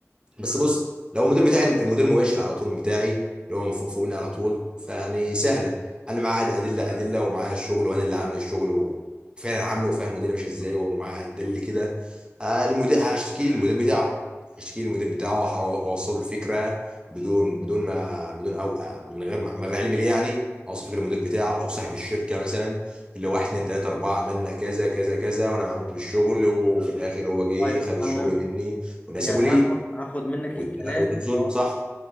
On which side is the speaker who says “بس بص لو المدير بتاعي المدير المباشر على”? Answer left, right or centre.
Right